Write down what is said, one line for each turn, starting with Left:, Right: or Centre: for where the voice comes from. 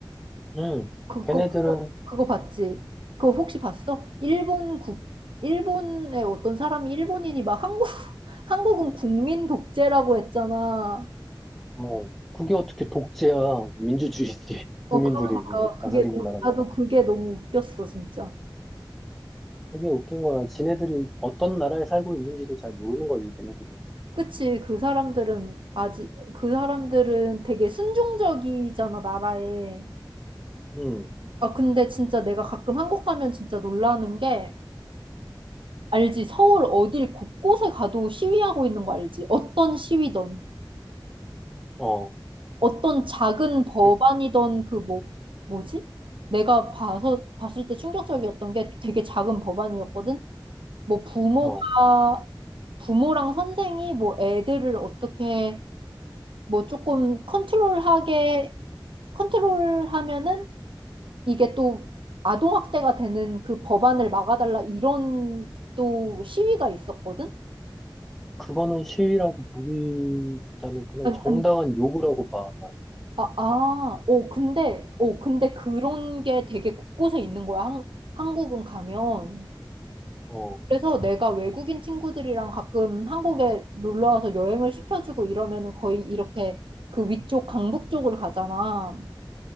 Centre: 음,
Right: 그거,
Centre: 걔네들은,
Right: 그거, 그거 봤지? 그거 혹시 봤어? 일본 국, 일본의 어떤 사람이 일본인이 막 한국, <laughs> 한국은 국민 독재라고 했잖아.
Centre: 어, 그게 어떻게 독재야. 민주주의지. <laughs> 국민들이
Right: 어, 그러니까
Centre: 다스리는
Right: 그게,
Centre: 나라니까.
Right: 나도 그게 너무 웃겼어, 진짜.
Centre: 되게 웃긴 거야. 지네들이 어떤 나라에 살고 있는지도 잘 모르는 거지, 걔네들은.
Right: 그치, 그 사람들은 아직, 그 사람들은 되게 순종적이잖아, 나라에.
Centre: 음,
Right: 아, 근데 진짜 내가 가끔 한국 가면 진짜 놀라는 게, 알지? 서울 어딜 곳곳에 가도 시위하고 있는 거 알지? 어떤 시위든,
Centre: 어,
Right: 어떤 작은 법안이든
Centre: 그,
Right: 그 뭐, 뭐지? 내가 봐서, 봤을 때 충격적이었던 게 되게 작은 법안이었거든? 뭐 부모가,
Centre: 어,
Right: 부모랑 선생이 뭐 애들을 어떻게 뭐 조금 컨트롤하게 컨트롤하면은 이게 또 아동학대가 되는 그 법안을 막아달라 이런 또 시위가 있었거든?
Centre: 그거는 시위라고 보기보다는 그냥
Right: 아니,
Centre: 정당한
Right: 아니,
Centre: 요구라고 봐, 난.
Right: 아, 아, 어, 근데, 어, 근데 그런 게 되게 곳곳에 있는 거야, 한, 한국은 가면.
Centre: 어,
Right: 그래서 내가 외국인 친구들이랑 가끔 한국에 놀러 와서 여행을 시켜주고 이러면은 거의 이렇게 그 위쪽 강북 쪽을 가잖아.